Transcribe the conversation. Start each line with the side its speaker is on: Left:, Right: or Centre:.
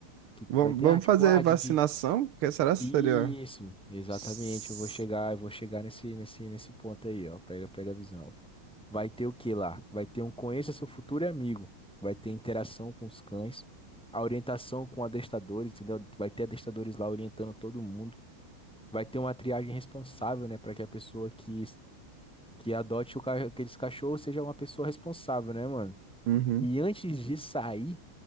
Centre: O que que
Right: Vamos
Centre: vai ter?
Right: vamos
Centre: Ah, tipo,
Right: fazer
Centre: ah,
Right: vacinação?
Centre: Didi.
Right: Que será que
Centre: Isso,
Right: seria?
Centre: exatamente.
Right: S-
Centre: Eu vou chegar, eu vou chegar nesse, nesse, nesse ponto aí, ó. Pega, pega a visão. Vai ter o que lá? Vai ter um conheça seu futuro amigo. Vai ter interação com os cães, a orientação com adestadores, entendeu? Vai ter adestadores lá orientando todo mundo. Vai ter uma triagem responsável, né? Para que a pessoa que, que adote o, ca- aqueles cachorros seja uma pessoa responsável, né, mano?
Right: Uhum.
Centre: E antes de sair